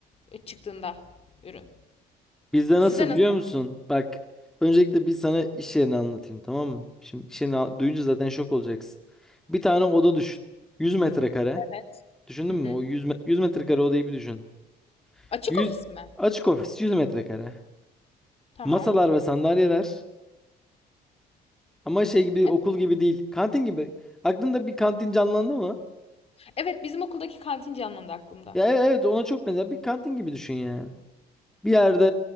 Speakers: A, on the left (about 35°); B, in the centre.
A: e, çıktığında ürün.
B: Bizde
A: Sizde
B: nasıl
A: nasıl?
B: biliyor musun? Bak öncelikle bir sana iş yerini anlatayım tamam mı? Şimdi iş yerini a- duyunca zaten şok olacaksın. Bir tane oda düşün. 100 metrekare.
A: Evet.
B: Düşündün
A: Hı hı.
B: mü? O 100, me- 100 metrekare odayı bir düşün.
A: Açık
B: 100,
A: ofis mi?
B: açık ofis 100 metrekare.
A: Tamam.
B: Masalar ve sandalyeler. Ama şey gibi
A: Evet.
B: okul gibi değil. Kantin gibi. Aklında bir kantin canlandı mı?
A: Evet, bizim okuldaki kantin canlandı aklımda.
B: Ya e, evet ona çok benzer. Bir kantin gibi düşün yani. Bir yerde